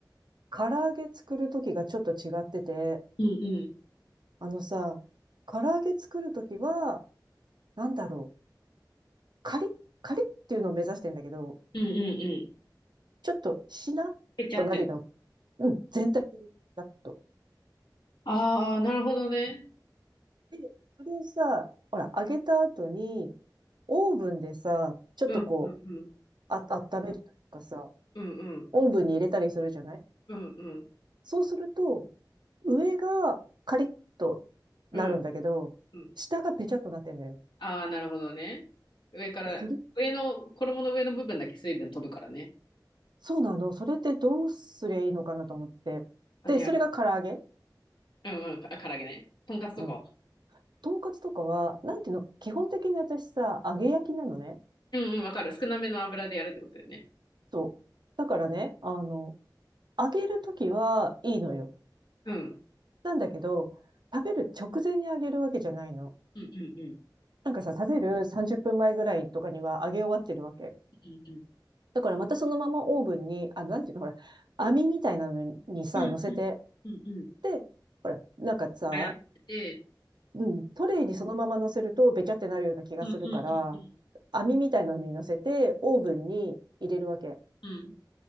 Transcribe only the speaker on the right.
唐揚げ作るときがちょっと違ってて、
あのさ、唐揚げ作るときは、なんだろう、カリッ、カリッっていうのを目指してんだけど、
ちょっとしなっとなるの。
うん、全体的にしなっと。
で、それをさ、ほら、揚げた後に、オーブンでさ、ちょっとこう、
あ、温めるというかさ、
オーブンに入れたりするじゃない
そうすると、上がカリッとなるんだけど、
下がペチャッとなってんのよ。
でそれ、
そうなの。それってどうすりゃいいのかなと思って。
で、それが唐揚げ
うん。とんかつとかは、なんていうの、基本的に私さ、揚げ焼きなのね。
そう。だからね、あの、揚げるときはいいのよ。
なんだけど、食べる直前に揚げるわけじゃないの。
なんかさ、食べる30分前ぐらいとかには揚げ終わってるわけ。
だからまたそのままオーブンに、あ、なんていうの、ほら、網みたいなのにさ、
乗せて、で、ほら、なんかさ、
うん、トレイにそのまま乗せるとべちゃってなるような気がするから、
網みたいなのに乗せて、オーブンに入れるわけ。